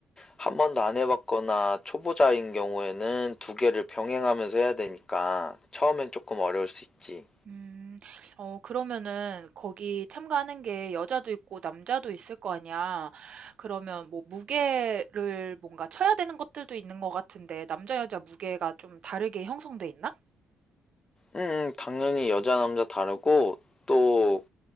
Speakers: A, on the left (about 30°); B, on the right (about 55°).
A: 한 번도 안 해봤거나 초보자인 경우에는 두 개를 병행하면서 해야 되니까 처음엔 조금 어려울 수 있지.
B: 음, 어, 그러면은 거기 참가하는 게 여자도 있고 남자도 있을 거 아니야. 그러면 뭐 무게를 뭔가 쳐야 되는 것들도 있는 것 같은데 남자 여자 무게가 좀 다르게 형성돼 있나?
A: 음, 음, 당연히 여자 남자 다르고 또